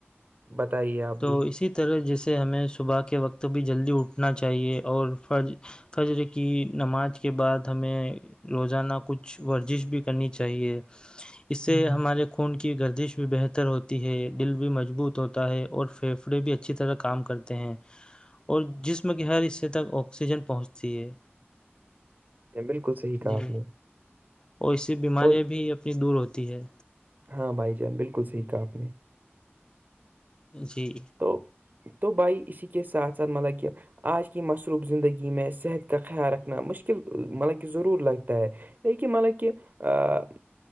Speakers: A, on the right; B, on the left.
A: بتائیے آپ
B: تو
A: بھی
B: اسی طرح جیسے ہمیں صبح کے وقت بھی جلدی اٹھنا چاہیے اور فرض فجر کی نماز کے بعد ہمیں روزانہ کچھ ورزش بھی کرنی چاہیے اس
A: ہاں،
B: سے ہمارے خون کی گردش بھی بہتر ہوتی ہے دل بھی مضبوط ہوتا ہے اور فھیفڑے بھی اچھی طرح کام کرتے ہیں اور جس جس کے ہر حصے تک آکسیجن پہنچتی ہے
A: بالکل صحیح کہا
B: جی
A: آپ نے
B: اور ایسی بیماریاں
A: اور
B: بھی اپنی دور ہوتی ہے
A: ہاں بھائی جان بالکل سیکھا آپ نے
B: جی
A: تو تو بھائی اسی کے ساتھ ساتھ مطلب کیا آج کی مصروف زندگی میں صحت کا خیال رکھنا مشکل مطلب کہ ضرور لگتا ہے لیکن مطلب کہہ